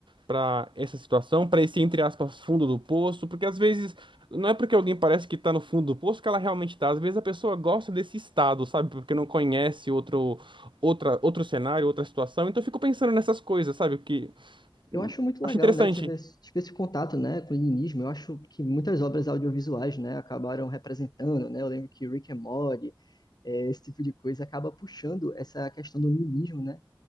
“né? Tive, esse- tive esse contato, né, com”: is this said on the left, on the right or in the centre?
Left